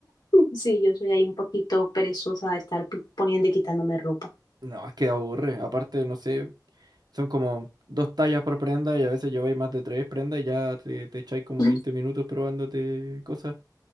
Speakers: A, on the left; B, on the right.
A: Sí, yo soy ahí un poquito perezosa de estar p- poniendo y quitándome ropa.
B: No, es que aburre. Aparte, no sé, son como dos tallas por prenda y a veces lleváis más de tres prendas y ya te, te echáis como
A: <laughs>
B: veinte minutos probándote cosas.